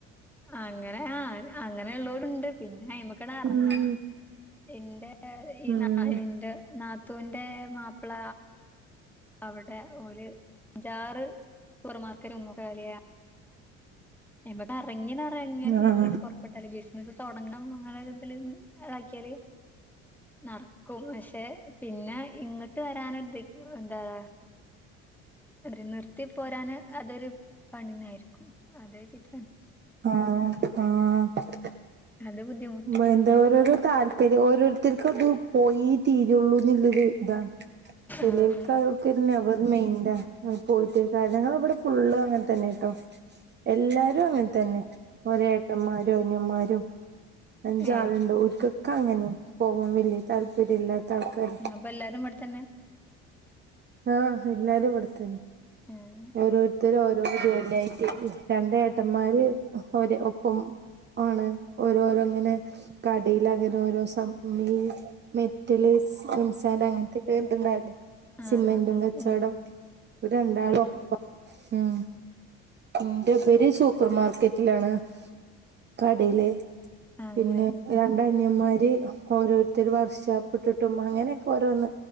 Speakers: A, in the centre; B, on the right.
A: അങ്ങനെ ആ അങ്ങനെുള്ളലു ടണ്ട് പിന്നെയമക്ക് എറങ്ങണം
B: ഉം
A: എന്റെ ഈ
B: ഉം
A: ന ഇന്റെ നാത്തൂന്റെ മാപ്പിള അവിടെ ഒല് ജാറ് സൂപ്പർമാർക്കറ്റ്ക്കെ പോലെയ നമക്ക് ഇറങ്ങി ഇറങ്ങ
B: ആഹ്
A: പുറപ്പെട്ടാലല് ബിസിനസ്സ് തുടങ്ങണം അങ്ങനെ തിലും ഇതാക്കിയാല് നടക്കും പക്ഷെ പിന്നെ ഇങ്ങോട്ട് വരാനത് എന്താവ ഒരു നിർത്തി പോരാന് അതൊരു പണിനായിരിക്കും അത വച്ചിട്ടാ
B: ആഹ് ആ ആഹ് <unintelligible>
A: അത് ബുദ്ധിമുട്ടാവും
B: അത ഓരോരോ താല്പര്യം ഓരോരുത്തർക്കും അത് പോയി തീരുള്ളൂ എന്നില്ലത് ഇതാ ചെലോലക്
A: ആഹ്
B: അത് നെവർമെയിന്റെ പോയിട്ട ഒരു കാര്യ ങ്ങ ഇവിടെ ഫുള്ള് അങ്ങനെ തന്നെട്ടോ എല്ലാ അങ്ങനെ
A: ആഹ്
B: തന്നെ ഓരേട്ടൻമാരും അന്യന്മാരും അഞ്ചാള്ണ്ട്
A: ഏഹ്
B: ഓൽക്ക് ക്കങ്ങനെ പോവാൻ വല്യ താല്പര്യം ഇല്ലാത്ത ആൾക്കാര്
A: അപ്പൊ എല്ലാരും ഇവിടെത്തന്നെ
B: ആഹ് എല്ലാരും ഇവടെത്തന്നെ
A: ആഹ്
B: ഓരോരുത്തര് ഓരോ ജോലിയായിട്ട് രണ്ടേട്ടന്മാര് ഓര് ഒപ്പം ആണ് ഓരോരോ ങ്ങനെ കടേല് അങ്ങനെ ഓരോ സം ഈ മെറ്റല് എംസന്റ് അങ്ങനത്തെക്കെ ഇത് ണ്ടാവില്ലേ സിമെന്റും
A: ആഹ്
B: കച്ചോടം-
A: ഉം ഉം
B: ഓര് രണ്ടാളാ
A: ഏഹ്
B: ഉം ഇന്റെ ഇബര് സൂപ്പർമാർക്കറ്റിലാണ്. കടേല്
A: അങ്ങനെ
B: പിന്നെ രണ്ടനിയമ്മാര് ഓരോരു ത്തൊരു വർഷാപ്പിട്ടിട്ടും അങ്ങനെയൊക്കെ ഓരോന്ന്